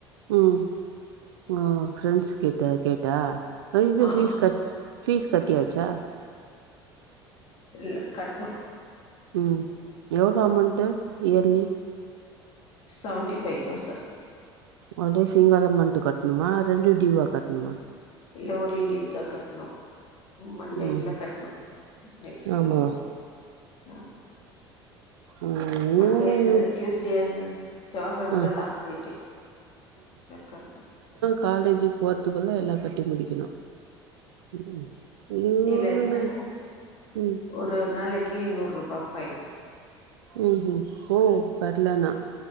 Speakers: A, on the right; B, on the left.
A: ம் ஓ ஃப்ரெண்ட்ஸ் கிட்ட கேட்டா இது
B: ஆ
A: ஃபீஸ்
B: ஆ
A: கட் ஃபீஸ் கட்டியாச்சா
B: இல்ல கட்னு
A: ம் எவ்ளோ amount yearly
B: seventy five thousand
A: ஒரே சிங்கிள் அமௌண்ட் கட்டணுமா ரெண்டு டியூவா கட்ணுமா
B: இல்ல ஒரே டியூ தா கட்ணு மண்டேக்குள்ளே
A: ம்
B: கட்ணு நெக்ஸ்ட்
A: ஆமா
B: ம அ
A: ம்
B: மண்டே த
A: இவங்க
B: டியுஸ்டே த செவ்வா கெழமதா
A: ஆ
B: லாஸ்ட் டேட்டு கட்
A: காலேஜுக் போறதுக்குள்ள எல்லா கட்டி முடிக்கணு ம் இவனு
B: இல்லனா
A: ம்
B: ஒரு நாளைக் கு நூறுபா ஃபைன்
A: ம் ம் ஓ வர்லனா